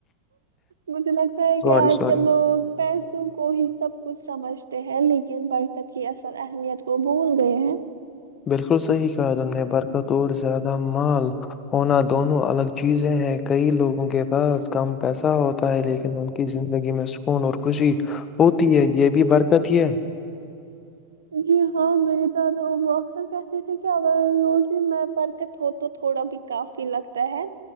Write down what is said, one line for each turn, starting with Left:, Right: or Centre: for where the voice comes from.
Right: مجھے لگتا ہے کہ
Left: سوری
Right: آج
Left: سوری
Right: کل لوگ پیسوں کو ہی سب کچھ سمجھتے ہیں لیکن برکت کی اصل اہمیت کو بھول گئے ہیں
Left: بالکل صحیح کہا تم نے برکت اور زیادہ مال ہونا دونوں الگ چیزیں ہیں کئی لوگوں کے بس کم پیسہ ہوتا ہے لیکن ان کی زندگی میں م ن خوشی ہوتی ہے یہ بھی برکت ہے
Right: جی ہاں میری دادا ابا اکثر کہتے تھے کہ اگر روز ہی میں برکت ہو تو تھوڑا بھی کاف لگتا ہے